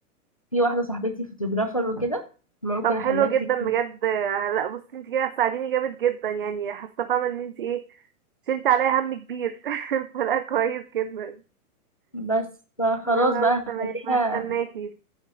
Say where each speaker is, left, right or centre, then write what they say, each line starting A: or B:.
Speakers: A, on the left; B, on the right.
A: في واحدة صاحبتي فوتوغرافر وكده ممكن
B: طب حلو
A: اخليها
B: جدا
A: تيجي
B: بجد آه، لا بصي انت كده هتساعديني جامد جدا يعني حاسة فاهمة ان انت ايه شلت عليا هم كبير <laughs> فلا كويس جدا
A: بس فخلاص
B: خلاص
A: بقى
B: تمام
A: هخليها
B: هستناكي